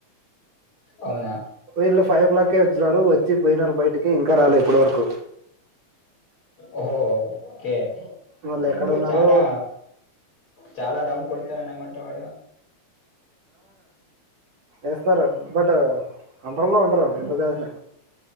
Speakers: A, on the left (about 40°); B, on the right (about 60°).
A: అవునా
B: ఇంట్లోకి ఫైర్లెక్క వచ్చినారు వచ్చి పోయినారు బయటకి ఇంకా రాలే ఇప్పటి వరకు
A: ఓహోకే
B: వాళ్ళు ఎక్కడ
A: ఎంద్రో
B: ఉన్నారో
A: చాలా చాలా రౌండ్ కొడతారానామాట వాడు
B: ఎస్తారు
A: ఉమ్.
B: బట్ కంట్రోల్లో ఉంటరు
A: ఉమ్.
B: ఎంత చేసిన